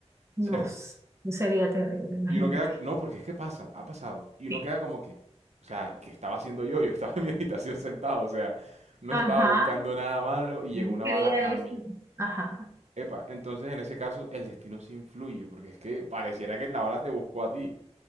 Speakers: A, on the right (about 25°); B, on the right (about 75°).
A: no,
B: ¿cierto?
A: sé, sería terrible, imagínate.
B: Y uno queda, no, porque es que pasa, ha pasado. Y uno
A: Sí.
B: queda como que, o sea, ¿qué estaba haciendo yo? Yo estaba en mi <laughs> habitación sentado, o sea, no
A: Ajá,
B: estaba buscando nada malo y
A: Yo
B: llegó
A: no
B: una
A: quería
B: bala a
A: eso.
B: mí.
A: Ajá.
B: Epa, entonces en ese caso el destino sí influye, porque es que pareciera que la bala te buscó a ti,